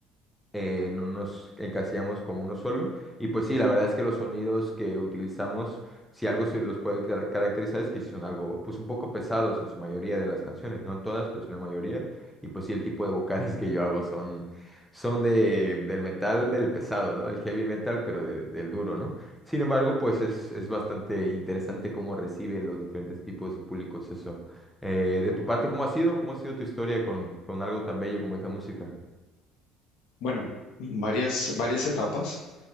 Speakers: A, in the centre; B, on the left.
A: eh, no nos encasillamos como uno solo. Y pues sí, la verdad es que los sonidos que utilizamos, si algo se los puede car- caracterizar, es que sí son algo, pues un poco pesados en su mayoría de las canciones, no en todas, pero sí en la mayoría. Y pues sí, el tipo de vocales <laughs> que yo hago son, son de, del metal, del pesado, ¿no? Del heavy metal, pero del del duro, ¿no? Sin embargo, pues es, es bastante interesante cómo recibe los diferentes tipos de públicos eso. Eh, de tu parte, ¿cómo ha sido? ¿Cómo ha sido tu historia con, con algo tan bello como es la música?
B: Bueno, varias, varias etapas.